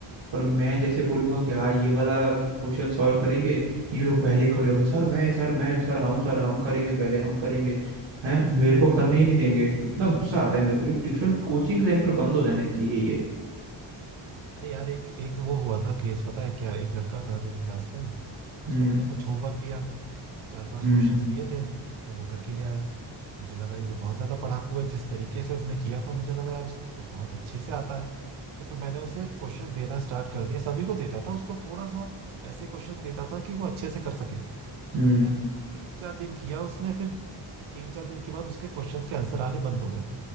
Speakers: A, on the right; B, on the right.
A: पर मैं जैसे बोलूंगा कि हाँ ये वाला क्वेश्चन सॉल्व करेंगे ये लोग पहले ही खड़े होंगे सर मैं सर मैं सर हम सर हम करेंगे पहले हम करेंगे हैं मेरे को करने ही नहीं देंगे इतना गुस्सा आता है मेरे को ये ट्यूशन कोचिंग सेंटर बंद हो जाने चाहिए ये
B: अरे यार एक एक वो हुआ था केस पता है क्या एक लड़का था मेरी क्लास में उसको
A: हम्म
B: मैंने कुछ होमवर्क दिया चार पांच
A: हम्म
B: क्वेश्चंस दिए थे तो वो करके ले आया मुझे लगा ये तो बहुत ज्यादा पढ़ाकू है जिस तरीके से उसने किया था मुझे लगा यार इसको तो बहुत अच्छे से आता है तो फिर मैंने उसे क्वेश्चंस देना स्टार्ट कर दिया सभी को देता था उसको थोड़ा सा ऐसे क्वेश्चंस देता था कि वो अच्छे से कर सके
A: हम्म
B: फिर तीन चार दिन किया उसने फिर तीन चार दिन के बाद उसके क्वेश्चंस के आंसर आने बंद हो गए